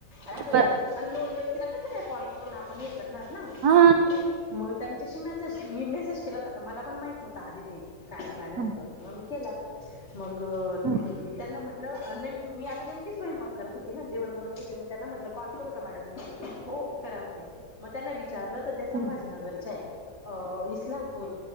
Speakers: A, on the left; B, on the right.
A: अ अस
B: बर
A: अनोन् व्यक्तीला कसं काय कॉल करून आपण हे करणार ना
B: हा
A: मग त्यांच्याशी मेसेज मी मेसेज केला होता तर मला पण माहित नव्हता आदिती काय मॅडम
B: ह
A: येत वगैे मम केला मग
B: ह
A: त्यांना म्हटलंम मी आता नेमकीे स्वयंपाक करत होती ना जेवण बनवत होते म त्यांना म्हटलं कॉल करू का मॅडम मी ओके करा म्हणे मग त्यांना विचारलं तर त्या संभाजीनगरच्या
B: ह ह
A: आहेत अ इस्लामपूर